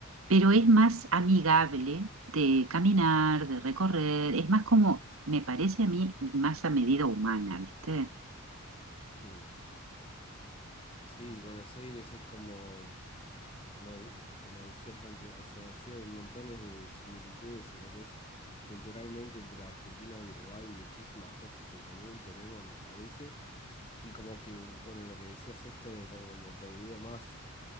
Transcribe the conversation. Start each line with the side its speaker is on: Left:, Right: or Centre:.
Right: pero es más amigable de caminar, de recorrer, es más como, me parece a mí, más a medida humana, ¿viste?
Left: mm. Sí, Buenos Aires es como... Como, de- como decías antes, o sea, sí hay montones de similitudes en lo que es culturalmente entre Argentina y Uruguay, muchísimas cosas en común tenemos, me parece. Y como que, bueno, lo que decías esto de como Montevideo más,